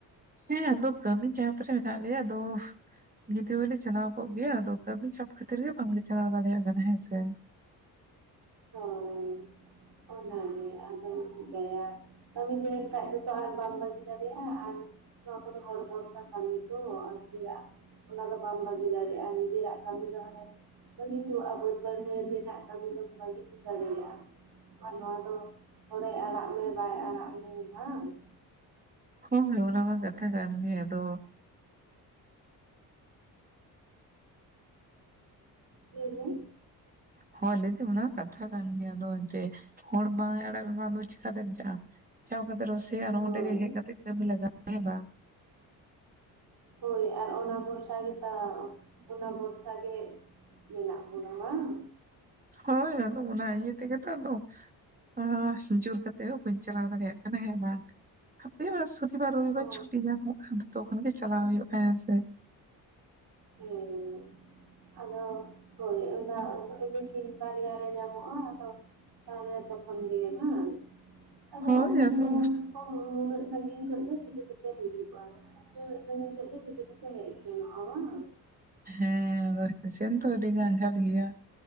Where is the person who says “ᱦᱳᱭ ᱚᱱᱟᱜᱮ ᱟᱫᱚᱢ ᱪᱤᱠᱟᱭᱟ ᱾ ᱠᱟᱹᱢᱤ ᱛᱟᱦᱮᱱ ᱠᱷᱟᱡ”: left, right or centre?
Right